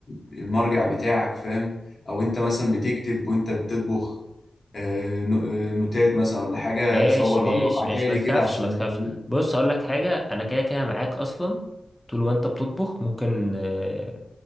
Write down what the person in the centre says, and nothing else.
ماشي
ماشي
ماشي
ما تخافش
ما تخافش بص هقول لك حاجة انا كده كده معاك اصلا طول وانت بتطبخ ممكن آه،